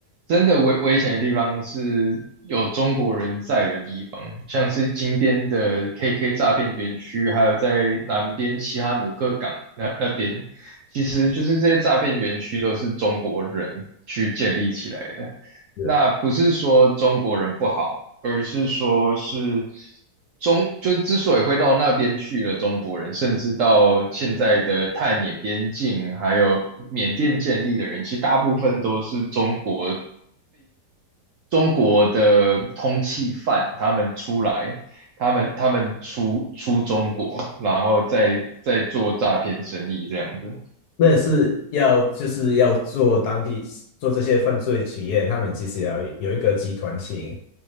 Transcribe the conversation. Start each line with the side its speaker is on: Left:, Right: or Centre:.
Right: 真的危危险的地方是有中国人在的地方，像是金边的 KK 诈骗园区，还有在南边西哈努克港那那边，其实就是这些诈骗园区都是中国人去建立起来的。
Left: 是
Right: 那不是说中国人不好，而是说是中，就是之所以会到那边去了，中国人甚至到现在的泰缅边境，还有缅甸建立的人，其实大部分都是中国中国的通缉犯，他们出来，他们他们出出中国，然后再再做诈骗生意这样子。
Left: 那也是要就是要做当地做这些犯罪企业，他们其实也要有一个集团性。